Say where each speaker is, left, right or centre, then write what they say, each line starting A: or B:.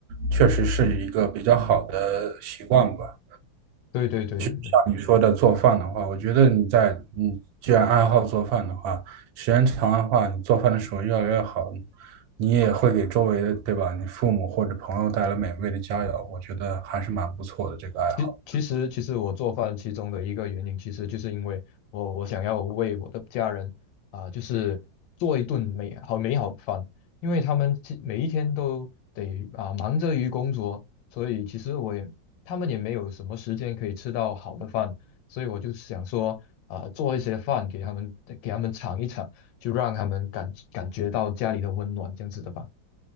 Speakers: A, on the right; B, on the left.
A: 确实是一个比较好的习惯吧。
B: 对对对对对。
A: 像你说的做饭的话，我觉得你在你既然爱好做饭的话，时间长的话，你做饭的时候越来越好，你也会给周围的，对吧？你父母或者朋友带来美味的佳肴，我觉得还是蛮不错的这个爱好。
B: 其其实其实我做饭其中的一个原因，其实就是因为我我想要为我的家人啊、就是做一顿美好美好的饭，因为他们其每一天都得啊、忙着于工作，所以其实我也他们也没有什么时间可以吃到好的饭，所以我就想说啊、做一些饭给他们给他们尝一尝，就让他们感感觉到家里的温暖这样子的吧。